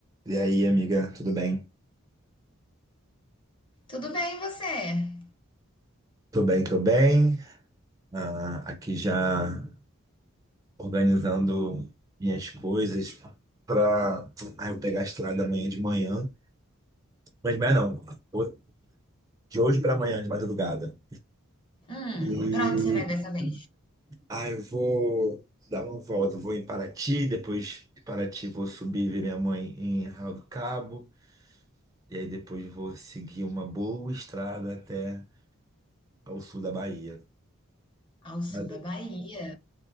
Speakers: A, on the right; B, on the left.
A: E aí, amiga, tudo bem?
B: Tudo bem, e você?
A: Tô bem, tô bem. Ah, aqui já organizando minhas coisas pra ah, eu pegar a estrada amanhã de manhã. Mas amanhã não, ho- de hoje pra amanhã, de madrugada.
B: Hum,
A: E
B: pra onde você vai dessa vez?
A: ah, eu vou dar uma volta, vou em Paraty, depois de Paraty vou subir ver minha mãe em Arraial do Cabo, e aí depois vou seguir uma boa estrada até ao sul da Bahia.
B: Ao
A: Mas-
B: sul da Bahia.